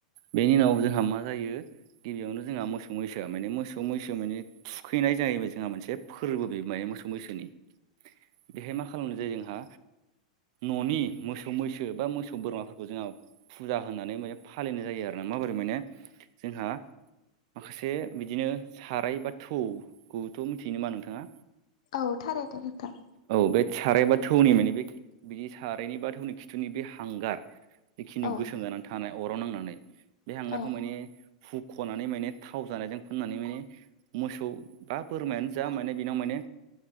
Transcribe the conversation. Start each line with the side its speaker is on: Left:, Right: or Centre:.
Right: बेनि उनाव जोंहा मा जायो गिबियावनो जोंहा मोसौ मैसोआ माने मोसौ मैसो माने थुखैनाय जाहैबाय जोंहा मोनसे फोरबो बे माने मोसौ मैसोनि बेहाय मा खालामनाय जायो जोंहा न'नि मोसौ मैसो बा मोसौ बोरमाफोरखौ जोंहा फुजा होनानै माने फालिनाय जायो आरो ना माबोरै माने जोंहा माखासे बिदिनो साराय बा थौ खौथ' मिथियो नामा नोंथाङा?
Left: औ थारैनो नोंथां।
Right: औ बे साराय बा थौनि माने बे बिदि सारायनि बा थौनि खिथुनि बे हांगार बेखिनियाव
Left: औ
Right: गोसोम जानानै थानाय अराव नांनानै बे हांगारखौ
Left: औ
Right: माने हुख'नानै माने थाव जानायजों फोननानै माने मोसौ बा बोरमायानो जा माने बेनाव माने